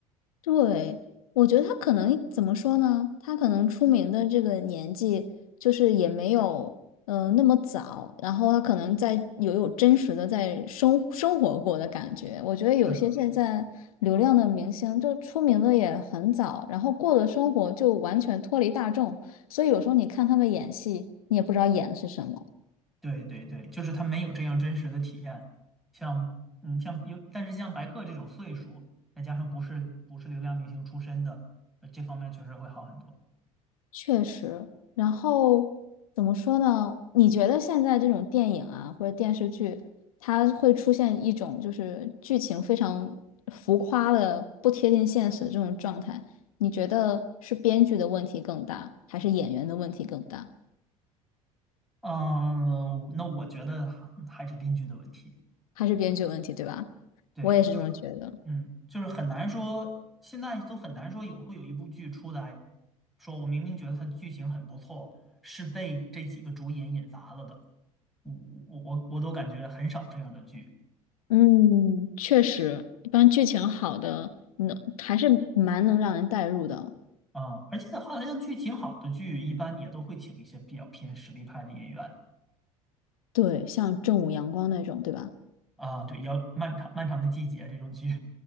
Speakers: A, on the left; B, in the centre.
A: 对，我觉得他可能怎么说呢？他可能出名的这个年纪，就是也没有嗯、呃那么早，然后他可能在有有真实的在生生活过的感觉。我觉得有些现在流量的明星，
B: 是的，是的，
A: 就出名的也很早，然后过的生活就完全脱离大众，所以有时候你看他们演戏，你也不知道演的是什么。
B: 对对对，就是他没有这样真实的体验，像嗯像有，但是像白客这种岁数，再加上不是不是流量明星出身的，呃这方面确实会好很多。
A: 确实，然后怎么说呢？你觉得现在这种电影啊，或者电视剧，它会出现一种就是剧情非常浮夸的、不贴近现实的这种状态？你觉得是编剧的问题更大，还是演员的问题更大？
B: 嗯，那我觉得还还是编剧的问题。
A: 还是编剧的问题，对吧？
B: 对，
A: 我也是这么觉得。
B: 就是。嗯，就是很难说，现在都很难说有会有一部剧出来，说我明明觉得它的剧情很不错，是被这几个主演引乏了的。我我我我都感觉很少这样的剧
A: 嗯，确实，一般剧情好的，能还是蛮能让人代入的。
B: 啊，而且好像剧情好的剧一般也都会请一些比较偏实力派的演员
A: 对，像正午阳光那种，对吧？
B: 啊。对，要漫长漫长的季节这种剧，